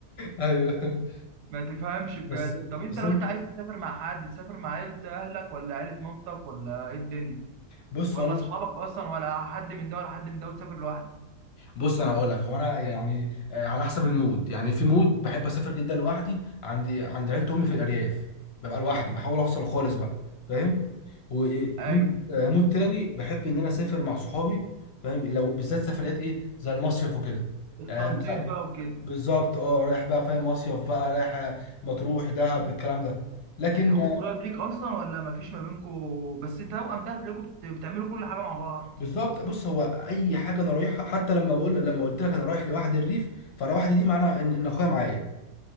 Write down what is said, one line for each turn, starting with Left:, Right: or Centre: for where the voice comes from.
Left: <laughs> أيوة.
Right: ما تفهمش بجد
Left: بس بس
Right: طب انت لو
Left: أنا-
Right: انت عايز تسافر مع حد تسافر مع عيلة اهلك ولا عيلة مامتك ولا ايه الدنيا
Left: بص
Right: ولا
Left: انا
Right: اصحابك اصلا ولا حد من ده ولا حد من ده وتسافر لوحدك
Left: بص انا هقول لك هو انا يعني آه، على حسب المود يعني في مود بحب اسافر جدا لوحدي عندي عند عيلة امي في الارياف ببقى لوحدي بحاول افصل خالص بقى فاهم ومود
Right: ايوه
Left: آه، مود تاني بحب ان انا اسافر مع صحابي فاهم لو بالذات سفريات ايه زي المصيف وكده
Right: التنطيط
Left: آه، مثلا
Right: بقى وكده
Left: بالظبط اه رايح بقى فاهم مصيف بقى رايح آه، مطروح دهب الكلام ده لكن
Right: انت اخوك قريب ليك اصلا ولا ما فيش ما بينكم بس توأم ده هتلاقيكم بت- بتعملوا كل حاجة مع بعض
Left: بالظبط بص هو اي حاجه انا رايحها حتى لما بقول لما قلت لك انا رايح لوحدي الريف فانا وحدي دي معناها ان إن اخويا معايا